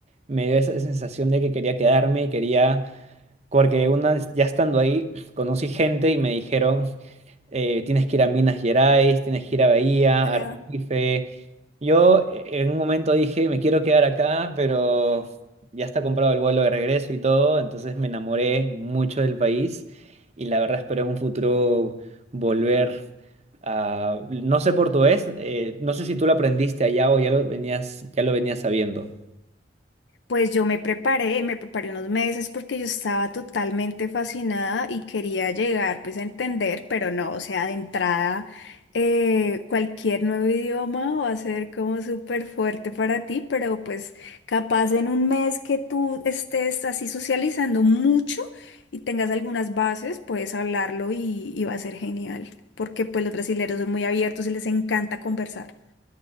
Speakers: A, on the right (about 40°); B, on the left (about 80°).
A: me dio esa sensación de que quería quedarme y quería, porque una, vez ya estando ahí, conocí gente y me dijeron eh, tienes que ir a Minas Gerais, tienes que ir a Bahía,
B: Ojalá.
A: a Recife. Yo eh, en un momento dije, me quiero quedar acá, pero ya está comprado el vuelo de regreso y todo, entonces me enamoré mucho del país y la verdad espero en un futuro volver a... No sé portugués, eh, no sé si tú lo aprendiste allá o ya lo venías, ya lo venías sabiendo.
B: Pues yo me preparé, me preparé unos meses porque yo estaba totalmente fascinada y quería llegar pues a entender, pero no, o sea, de entrada eh, cualquier nuevo idioma va a ser como súper fuerte para ti, pero pues capaz en un mes que tú estés así socializando mucho y tengas algunas bases, puedes hablarlo y, y va a ser genial, porque pues los brasileños son muy abiertos y les encanta conversar.